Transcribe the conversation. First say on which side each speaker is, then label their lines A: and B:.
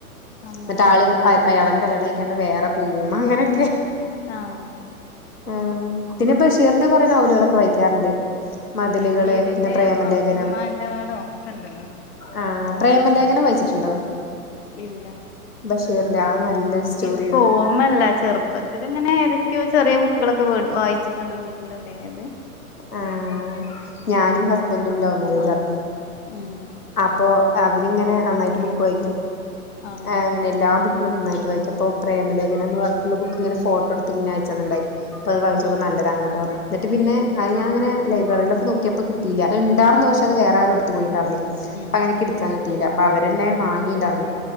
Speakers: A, on the left; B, on the left.
A: അങ്ങനത്തൊരു
B: മറ്റ ആള്
A: കഥ
B: അയാളെ കല്യാണം കഴിക്കാണ്ട് വേറെ പോ്പ അങ്ങനെയൊക്കെ
A: ആഹ
B: ആ പിന്നെ ബഷീറിന്റെ കുറെ നോവലുകളൊക്കെ വായിക്കാറുണ്ട് മതിലുകള്
A: ബഷീറിന്റെ
B: പിന്നെ പ്രേമലേഖനം
A: പാാക്കുമ്മാന്റെ ആട ഒക്കെ ഇണ്ടല്ലോ
B: ആ പ്രേമലേഖനം വഹിച്ചിട്ടുണ്ടോ
A: ഇല്ല
B: ആ നല്ലൊരു സ്റ്റോറിയാണ്
A: എനിക്ക് ഓർമ്മല്ല ചെറുപ്പത്തിൽ ഇങ്ങനെ ഏതൊക്കെയോ ചെറിയ ബുക്കൾൊ ഒ വായിച്ചിട്ടുണ്ട് വീട്ടിലുണ്ടത്
B: ആഹ ഞാനും ബൻറും ലവ് മേജ്ണി
A: ആഹ് ഉം
B: അപ്പൊ അവരിങ്ങനെ നന്നായിട്ട് ബുക്ക് വായിിക്കും
A: ആഹ്
B: ആ അങ്ങനെയല്ലാ ഇ നന്നായിട്ട് വായിക്ക അപ്പൊ പ്രേമലേഖന എന്ന് പറഞ്ഞട്ടുള്ള ബുക്ക് ഇങ്ങനെ ഫോട്ടോ എടുത്ത് ഇങ്ങനെ അയച്ചാന്നുണ്ടായി അപ്പ അത് വവിച്ചോക്കെ
A: ആഹ്
B: നല്ലതണെന്നക്കെ പറഞ്ഞു എന്നിട്ട് പിന്നെ ഞാ അങ്ങനെൈ്രറിയിലൊക്കെ നോക്കിയപ്പോ കിട്ടയില്ല അത്ണ്ടന്നന്ന് പക്ഷ അത് വേറെ ആരുംടുത്ത് പോയിുണ്ടായിന്നേ അപ്പ
A: ഉം
B: അങ്ങനെക്കെ എടുക്കാൻ കിട്ടിയില്ല അപ്പൊ അവരന്നെ വാങ്ങിണ്ടായിർന്നു